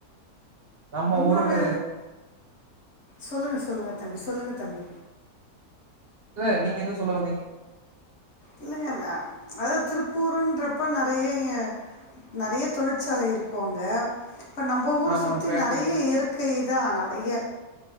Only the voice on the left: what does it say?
இன்னொனு
சொல்லுங்க சொல்லுங்க தம்பி சொல்லுங்க தம்பி
இல்லங்க அதாத் திருப்பூருன்றப்ப நறைய நறைய தொழிற்சாலை இருக்கு அங்க இப்ப நம்ப ஊர
சுத்தி
நறைய இருக்கு இதா நெறைய